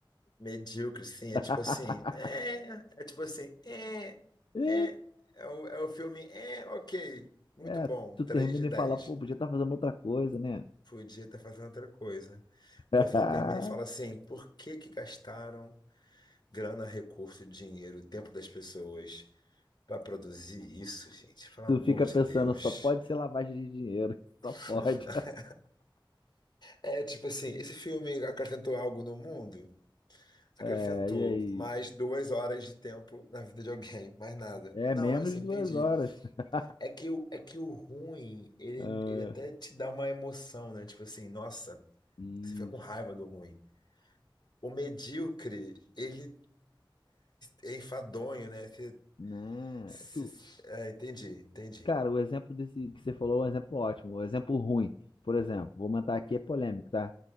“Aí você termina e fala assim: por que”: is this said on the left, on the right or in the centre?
Left